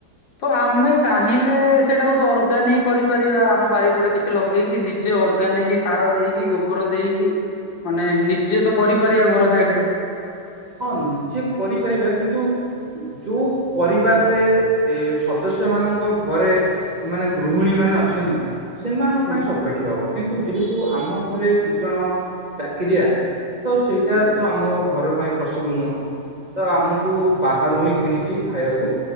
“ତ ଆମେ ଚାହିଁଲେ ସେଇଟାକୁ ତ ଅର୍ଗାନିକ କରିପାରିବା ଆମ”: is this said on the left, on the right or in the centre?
Left